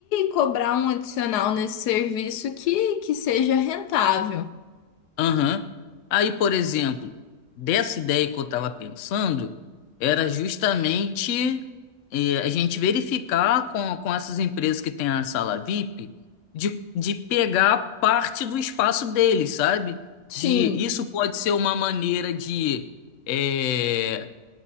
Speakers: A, on the left; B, on the left.
A: cobrar um adicional nesse serviço que, que seja rentável.
B: Aham. Aí, por exemplo, dessa ideia que eu estava pensando, era justamente eh, a gente verificar com, com essas empresas que têm a sala VIP de, de pegar parte do espaço deles, sabe?
A: Sim,
B: De, isso pode ser uma maneira de eh,